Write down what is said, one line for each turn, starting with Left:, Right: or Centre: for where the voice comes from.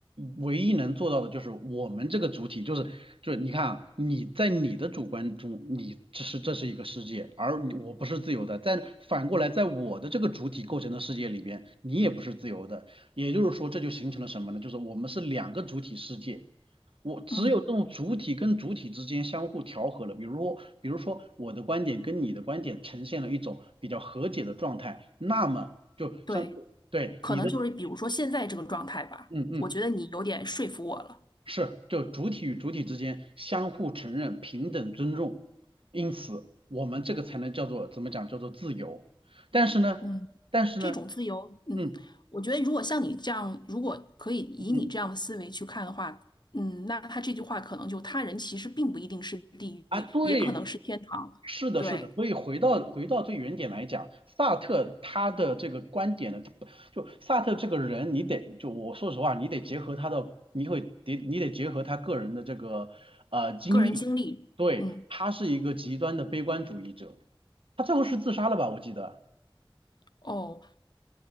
Right: 唯一能做到的就是我们这个主体，就是就是你看啊，你在你的主观中，你这是这是一个世界，而你我不是自由的。在反过来，在我的这个主体构成的世界里边，你也不是自由的。也就是说，这就形成了什么呢？就是我们是两个主体世界。我只有这种主体跟主体之间相互调和了，
Left: 嗯，
Right: 比如说比如说我的观点跟你的观点呈现了一种比较和解的状态，那么就像对你的，
Left: 对。可能就是比如说现在这个状态吧，
Right: 嗯嗯，
Left: 我觉得你有点说服我了。
Right: 是，就主体与主体之间相互承认、平等尊重，因此我们这个才能叫做怎么讲，叫做自由。但是呢，
Left: 嗯，
Right: 但是呢，
Left: 这种自由，嗯，
Right: 嗯
Left: 我觉得如果像你这样，如果可以以你这样的思维去看的话，
Right: 嗯嗯
Left: 嗯，那他这句话可能就他人其实并不一定是地狱，
Right: 啊，对，
Left: 也可能是天堂。
Right: 是的，
Left: 对，
Right: 是的，所以回到回到最原点来讲，萨特他的这个观点呢，他不就萨特这个人，你得就我说实话，你得结合他的，你会得你得结合他个人的这个呃经历，
Left: 个人经历，
Right: 对，
Left: 嗯，
Right: 他是一个极端的悲观主义者，他最后是自杀了吧？我记得，
Left: 哦，